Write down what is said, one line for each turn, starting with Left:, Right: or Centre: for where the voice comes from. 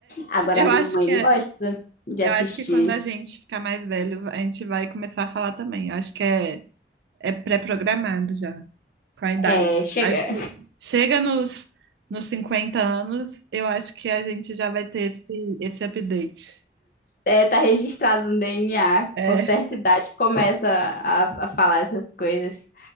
Left: Agora
Right: Eu
Left: a mamãe
Right: acho que é.
Left: gosta de
Right: Eu
Left: assistir.
Right: acho que quando a gente ficar mais velho, a gente vai começar a falar também. Eu acho que é, é pré-programado já, com a idade.
Left: É, chega,
Right: Acho que chega nos, nos 50 anos, eu acho que a gente já vai ter esse, esse update.
Left: é, tá registrado no DNA,
Right: É.
Left: com certa idade começa a, a falar essas coisas.